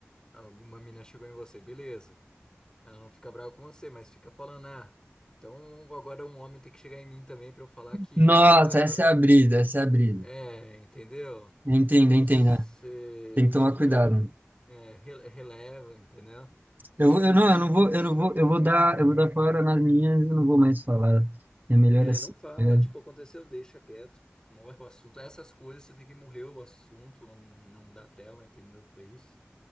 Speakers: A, on the left; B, on the right.
A: Alguma mina chegou em você, beleza. Ela não fica brava com você, mas fica falando, ah, então agora um homem tem que chegar em mim também pra eu falar que
B: Nossa,
A: vai.
B: essa é a brisa, essa é a brisa.
A: É, entendeu?
B: Entendo,
A: Então
B: entendo.
A: você,
B: né? Tem que
A: tipo,
B: tomar cuidado.
A: meu,
B: né?
A: é, rele- releva, entendeu? Se,
B: Eu, vou- eu não,
A: se,
B: eu não vou, eu
A: se
B: não vou,
A: eu conhe-
B: eu vou dar, eu vou dar fora nas minhas, eu não vou mais falar. É melhor
A: É,
B: assim,
A: não
B: tá
A: fala,
B: ligado?
A: tipo, aconteceu, deixa quieto. Morre o assunto. Essas coisas você tem que morrer o assunto, não, não, não dá trela, entendeu? Pra isso.